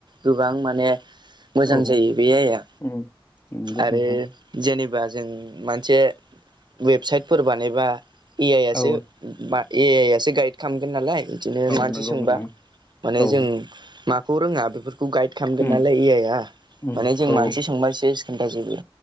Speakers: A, on the right (about 50°); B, on the left (about 25°).
A: गोबां माने मोजां
B: औ
A: जायो बे आइआ
B: उम नंगौ
A: आरो
B: नोंथां
A: जेनेबा जों मोनसे वेबसाइटफोर बानायोबा ए आइ आसो
B: औ
A: बा एआइयासो गाइद खालामगोन नालाय बिदिनो
B: औ
A: मानसि
B: नंगौ
A: सोंबा
B: नोंथां
A: माने
B: औ
A: जों माखौ रोङा बेफोरखौ गाइड खालामगोन
B: उम
A: नालाय ए आइ आ
B: उम
A: माने जों
B: औ
A: मानसि सोंबा सेस खोनथा जोबो